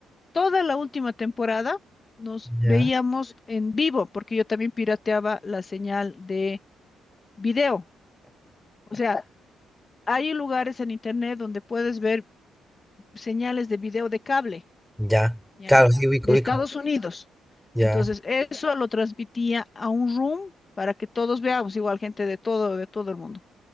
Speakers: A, on the left; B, in the centre.
A: toda la última temporada, nos
B: ya,
A: veíamos en vivo, porque yo también pirateaba la señal de video. O sea, hay lugares en internet donde puedes ver señales de video de cable.
B: ya.
A: ¿ya?
B: Claro, sí, ubico,
A: De
B: ubico.
A: Estados Unidos.
B: Ya,
A: Entonces, eso lo transmitía a un room para que todos veamos, igual gente de todo, de todo el mundo.